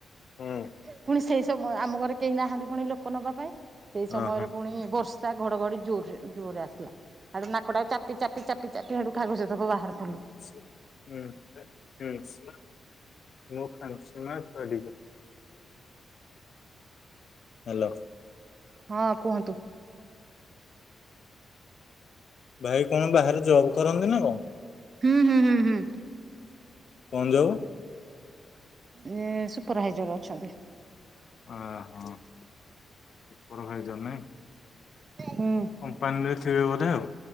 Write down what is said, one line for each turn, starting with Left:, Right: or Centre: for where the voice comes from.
Left: ହୁଁ
Right: ପୁଣି ସେଇ ସମୋ ଆମ ଘରେ କେହି ନାହାନ୍ତି ପୁଣି ଲୋକ ନବା ପାଇଁ। ସେଇ
Left: ହଁ
Right: ସମୟରେ
Left: ହଁ।
Right: ପୁଣି ବର୍ଷା ଘଡ଼ଘଡ଼ି ଜୋରେ ଜୋରରେ ଆସିଲା ତାପରେ ନାକଟାକୁ ଚାପି ଚାପି ଚାପି ଚାପି ହେଟୁ କାଗଜ ହେତକ ବାହରକଲୁ।
Left: <unintelligible> ହାଲୋ।
Right: ହଁ କୁହନ୍ତୁ।
Left: ଭାଇ କଣ ବାହାରେ ଜବ୍ କରନ୍ତିନା କଣ?
Right: ହୁଁ ହୁଁ ହୁଁ।
Left: କଣ ଜବ୍?
Right: ଏ ସୁପରଭାଇଜର ଅଛନ୍ତି।
Left: ଓହୋ ସୁପରଭାଇଜର ନାଇଁ।
Right: ହୁଁ
Left: କମ୍ପାନୀରେ ଥିବ ବୋଧେ ଆଉ।